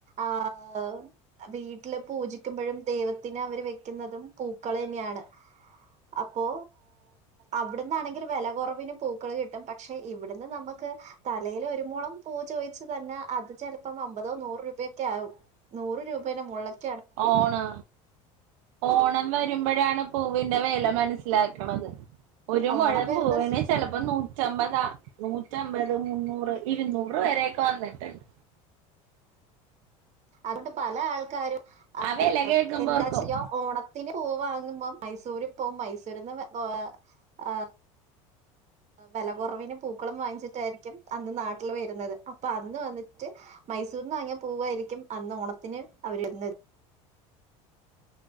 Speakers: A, on the right; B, on the right.
A: ആഹ... വീട്ടില് പൂജിക്കുമ്പോഴും, ദൈവത്തിന് അവര് വെക്കുന്നതും, പൂക്കൾ തന്നെയാണ്. അപ്പോ അവിടന്നാണെങ്കിൽ വിലകുറവിന് പൂ- ക്കള് കിട്ടും പക്ഷെ ഇവിടുന്ന് നമുക്ക്. തലൽ ഒരുമോളം പൂ ചോദിച്ചു, തന്നെ അത് ചിലപ്പം അമ്പതോ നൂറ് രൂപ. ക്കാകും നൂറ് രൂപേന മുകളിലാവും.
B: ഓണോ? ഓണം വരുമ്പോഴാണ് പൂവിന്റെ വെല മനസ്സിലാക്ക്ണത് ഒരു
A: ഓണം
B: മൊഴം
A: വരുന്ന
B: പൂവിന്
A: സ്
B: ചെലപ്പോ നൂറ്റമ്പതാ, നൂറ്റമ്പത്, മുന്നൂറ്, ഇരുന്നൂറ്, വരെയൊക്കെ വന്ന്ട്ട്ണ്ട്
A: അതുകൊണ്ട് പല ആൾക്കാരും ആ
B: വില കേക്കുമ്പോർക്കും
A: എന്താ ചെയ്യാ ഓണത്തിന് പൂവ് വാങ്ങുമ്പോ മൈസൂരി പോവും മൈസൂരിന്ന് <unintelligible> വെല കൊറവിന് പൂക്കളും വാങ്ങിച്ചിട്ടായിരിക്കും അന്ന് നാട്ടില് വരുന്നത് അപ്പൊ അന്ന് വന്നിട്ട് മൈസൂർന്ന് വാങ്ങിയ പൂവായിരിക്കും അന്ന് ഓണത്തിന് അവരിടുന്നത്